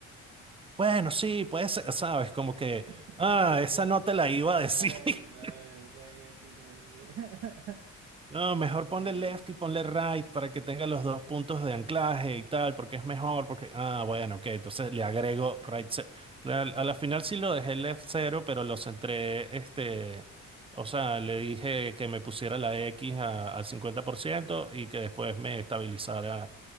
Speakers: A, on the right; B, on the right.
A: Bueno, sí, puede ser, sabes, como que,
B: <laughs>
A: ah,
B: Sí.
A: esa no te la iba a decir.
B: Ay,
A: <laughs>
B: no, es ahí así. no. <laughs>
A: No, mejor
B: Ay,
A: ponle left y ponle right para que tenga los dos puntos de anclaje y tal, porque es mejor, porque, ah, bueno, ok, entonces le agrego right cero. La- a la final sí lo dejé left cero, pero los centré, este, o sea, le dije que me pusiera la X a- al 50% y que después me estabilizara